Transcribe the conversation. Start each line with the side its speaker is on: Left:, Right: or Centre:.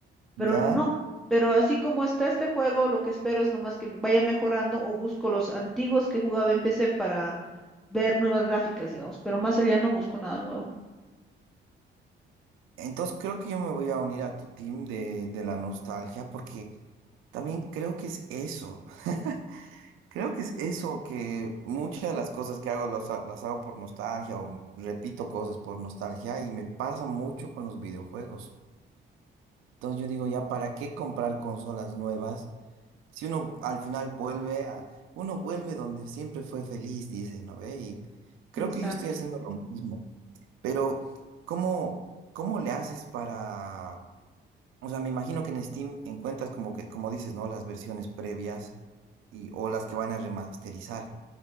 Centre: pero
Right: ya.
Centre: no. Pero así como está este juego, lo que espero es nomás que vaya mejorando o busco los antiguos que jugaba en PC para ver nuevas gráficas, digamos. Pero más allá no busco nada nuevo.
Right: Entonces creo que yo me voy a unir a tu team de, de la nostalgia porque también creo que es eso. <laughs> Creo que es eso que muchas de las cosas que hago las, ha- las hago por nostalgia o repito cosas por nostalgia y me pasa mucho con los videojuegos. Entonces yo digo, ya, ¿para qué comprar consolas nuevas? Si uno al final vuelve a, uno vuelve donde siempre fue feliz, dice, ¿no ve? Y creo
Centre: Exacto.
Right: que yo estoy haciendo lo mismo. Pero, ¿cómo, cómo le haces para... O sea, me imagino que en Steam encuentras como que, como dices, ¿no? Las versiones previas y, o las que van a remasterizar.